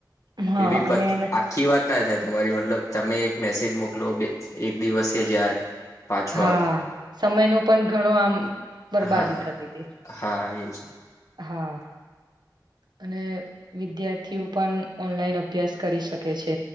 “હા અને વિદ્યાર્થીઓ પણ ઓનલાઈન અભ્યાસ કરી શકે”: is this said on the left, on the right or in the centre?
Right